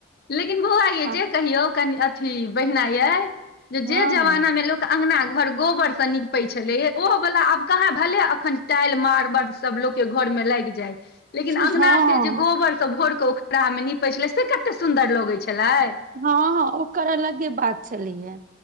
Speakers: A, on the left (about 50°); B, on the right (about 40°).
A: लेकिन बौआ यइ
B: आ
A: जे कहियौ कनि अथी बहिना ये जे जे
B: हँ
A: जमाना
B: हँ
A: में लोक अंगना घर गोबर से नीप पै छले ओहो वला आब कहाँ भे अखन टाइल मारबर सब के घर में लागि जाइ लेकिन
B: हँ
A: अङंगना
B: हँ
A: के जे गोबर सब भोर के उखड़ा में निीपे छले से कते सुंन्दर लगे छलै
B: हँ हँ ओकर अलगे बात छलैये